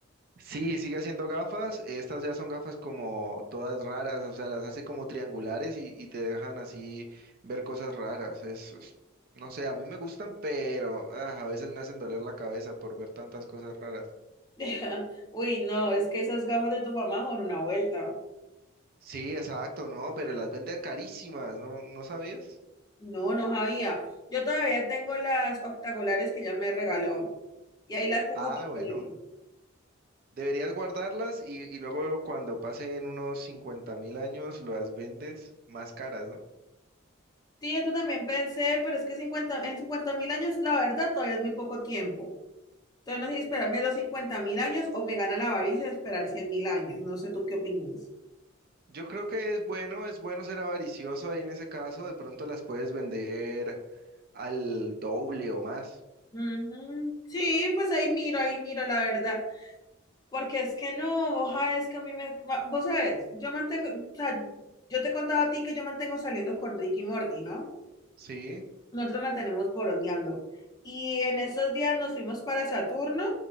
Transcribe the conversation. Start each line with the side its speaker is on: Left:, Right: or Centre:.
Right: Sí, sigue haciendo gafas, estas ya son gafas como todas raras, o sea, las hace como triangulares y, y te dejan así ver cosas raras. Es, es- no sé, a mí me gustan, pero ah, a veces me hacen doler la cabeza por ver tantas cosas raras.
Left: <laughs> Uy, no, es que esas gafas de tu mamá son una vuelta.
Right: Sí, exacto, no, pero las vende carísimas, ¿no? ¿No sabías?
Left: No, no sabía. Yo todavía tengo las octagolares que ya me regaló. Y ahí las tengo
Right: Ah,
Left: todavía.
Right: bueno. Deberías guardarlas y, y luego cuando pasen unos cincuenta mil años las vendes más caras, ¿no?
Left: Sí, esto también pensé, pero es que 50 en cincuenta mil años, la verdad, todavía es muy poco tiempo. Entonces, no sé si esperarme los cincuenta mil años o me gana la avaricia de esperar cien mil años. No sé tú qué opinas.
Right: Yo creo que es bueno, es bueno ser avaricioso ahí en ese caso, de pronto las puedes vender al doble o más.
Left: Mm, sí, pues ahí miro, ahí miro, la verdad. Porque es que no, vos sabés que a mí me... va- Vos sabés, yo mantengo... O sea, yo te he contado a ti que yo mantengo saliendo con Ricky y Morty, ¿no?
Right: Sí,
Left: Nosotros mantenemos borondeando. Y en estos días nos fuimos para Saturno